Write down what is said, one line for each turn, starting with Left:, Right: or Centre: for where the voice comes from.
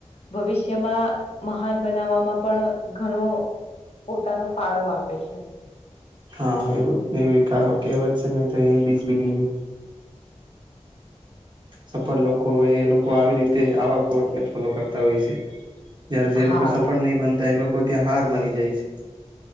Left: ભવિષ્યમાં મહાન બનાવવામાં પણ ઘણો. પોતાનો ફાળો આપે છે.
Right: હા એવું એવી કહેવત છે મે તો હન્ી બિગની સફળ લોકો એ લોકો આવી રીતે આવા કોર્ટને ફોલો કરતા હોય છે. જયારે જે
Left: હા.
Right: લોકો સફળ નહી બનતા એ લોકો ત્યાં હાર માની જાય છે.